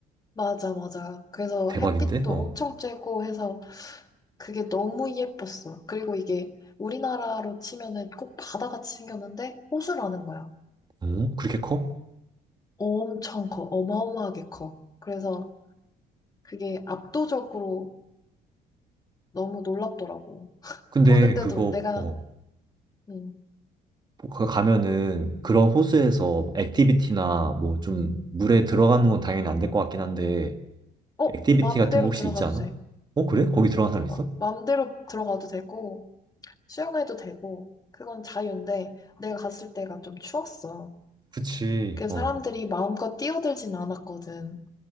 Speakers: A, on the left; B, on the right.
A: 맞아, 맞아. 그래서
B: 대박인데?
A: 햇빛도
B: 어.
A: 엄청 쬐고 해서 그게 너무 예뻤어. 그리고 이게 우리나라로 치면은 꼭 바다같이 생겼는데 호수라는 거야.
B: 어? 그렇게 커?
A: 엄청 커. 어마어마하게 커. 그래서 그게 압도적으로 너무 놀랍더라고.
B: 근데
A: 보는데도
B: 그거
A: 내가,
B: 어.
A: 음,
B: 거 가면은 그런 호수에서 액티비티나 뭐 좀 물에 들어가는 건 당연히 안 될 것 같긴 한데
A: 어?
B: 액티비티
A: 마음대로
B: 같은 거 혹시
A: 들어가도
B: 있지 않아?
A: 돼.
B: 어 그래? 거기 들어간 사람 있어?
A: 마- 마음대로 들어가도 되고, 수영해도 되고, 그건 자유인데, 내가 갔을 때가 좀 추웠어.
B: 그치.
A: 그 사람들이
B: 어.
A: 마음껏 뛰어들진 않았거든.